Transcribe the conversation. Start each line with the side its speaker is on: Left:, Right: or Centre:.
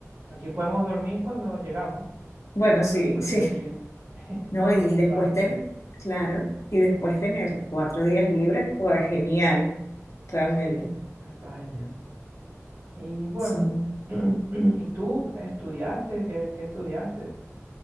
Right: aquí podemos dormir cuando llegamos,
Left: bueno, sí,
Right: claro, pero
Left: sí,
Right: es de día. <laughs>
Left: ¿no? Y
Right: Es lo
Left: después
Right: raro.
Left: tener, claro, y después tener cuatro días libres, pues genial, realmente.
Right: Sí, está genial. Y bueno,
Left: Sí.
Right: <clears throat> ¿y tú estudiaste? ¿Qué, qué estudiaste?